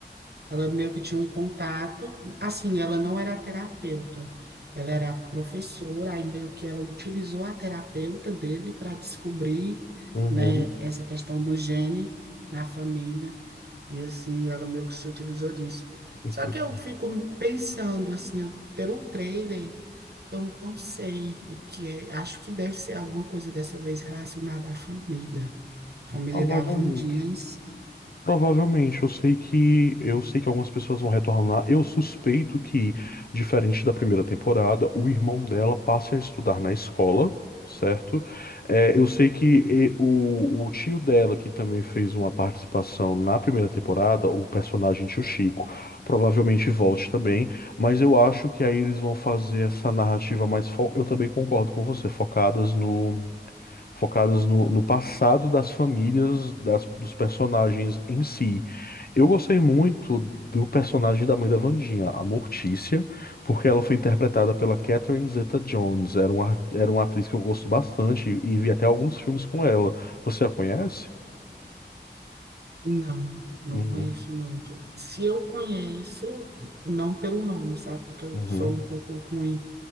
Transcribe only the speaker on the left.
Uhum.
Entendi.
Provavelmente.
Provavelmente, eu sei que eu sei que algumas pessoas vão retornar. Eu suspeito que, diferente da primeira temporada, o irmão dela passe a estudar na escola, certo? É, eu sei que e, o, o tio dela, que também fez uma participação na primeira temporada, o personagem tio Chico, provavelmente volte também, mas eu acho que aí eles vão fazer essa narrativa mais fo... Eu também concordo com você, focadas no focadas no, no passado das famílias, das- dos personagens em si. Eu gostei muito do personagem da mãe da Wandinha, a Mortícia, porque ela foi interpretada pela Catherine Zeta-Jones. Era uma, era uma atriz que eu gosto bastante e vi até alguns filmes com ela. Você a conhece?
Uhum,
uhum,